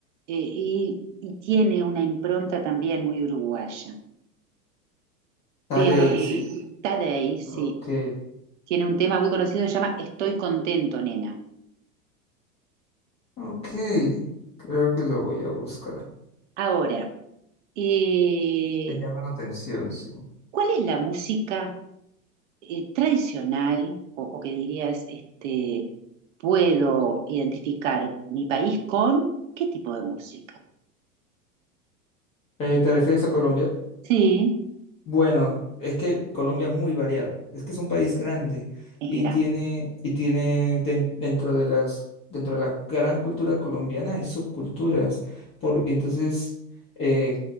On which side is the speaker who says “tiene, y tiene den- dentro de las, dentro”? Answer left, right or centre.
Left